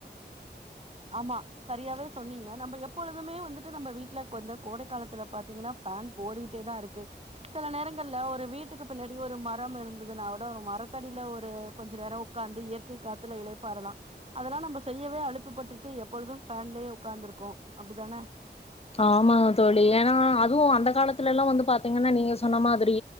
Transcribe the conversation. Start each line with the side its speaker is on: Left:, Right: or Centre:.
Right: ஆமா சரியாவே சொன்னீங்க நம்ம எப்பொழுதுமே வந்துட்டு நம்ம வீட்ல கொந்த கோடை காலத்துல பாத்தீங்கன்னா ஃபேன் போடிட்டேதா இருக்கு சில நேரங்கள்ல ஒரு வீட்டுக்கு பின்னாடி ஒரு மரோ இருந்துதுனாஓட ஒரு மரத்தடியில ஒரு கொஞ்சோ நேரோ ஒக்காந்து இயற்கை காத்துல இளைப்பாரலா அதெல்லா நம்ம செய்யவே அளுப்புப்பட்டு ட்டு எப்பொழுதும் ஃன்லேயே ஒக்காந்துருக்கோ அப்டிதானே
Left: ஆமாங்க தோழி ஏன்னா அதுவோ அந்த காலத்துலலா வந்து பாத்தீங்கன்னா நீங்க சொன்ன மாதிரி